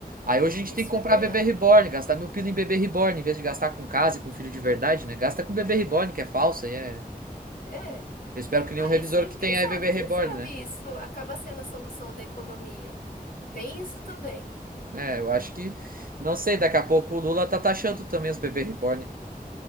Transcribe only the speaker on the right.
Aí hoje a gente
tem que comprar
bebê reborn, gastar mil pila em bebê reborn, em vez de gastar com casa e com filho de verdade, né? Gasta com bebê reborn, que é falso, aí é.
Eu espero que nenhum
revisor
que tenha
bebê
reborn,
né?
É, eu acho que, não sei, daqui a pouco o Lula tá taxando também os bebê reborn.